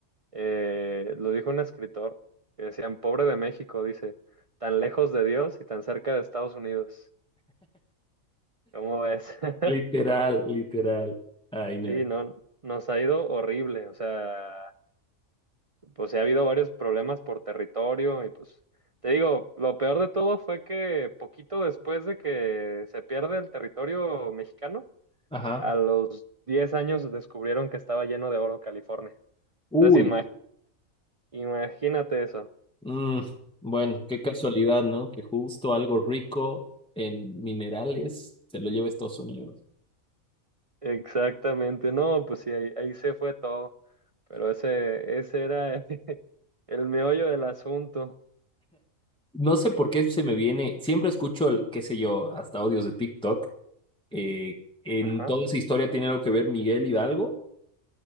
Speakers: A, on the right (about 50°); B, in the centre.
A: eh, lo dijo un escritor, que decían, pobre de México, dice, tan lejos de Dios y tan cerca de Estados Unidos. ¿Cómo ves? <laughs>
B: Literal, literal. Ay, no.
A: Sí, no, nos ha ido horrible, o sea, pues sí ha habido varios problemas por territorio y pues, te digo, lo peor de todo fue que poquito después de que se pierde el territorio mexicano,
B: Ajá.
A: a los 10 años descubrieron que estaba lleno de oro California.
B: Uy.
A: Entonces Imagínate eso.
B: Mm, bueno, qué casualidad, ¿no? Que justo algo rico en minerales se lo lleve a Estados Unidos.
A: Exactamente. No, pues sí, ahí, ahí se fue todo. Pero ese, ese era <laughs> el meollo del asunto.
B: No sé por qué se me viene, siempre escucho, el- qué sé yo, hasta audios de TikTok. eh, en
A: Ajá.
B: toda esa historia tiene algo que ver Miguel Hidalgo.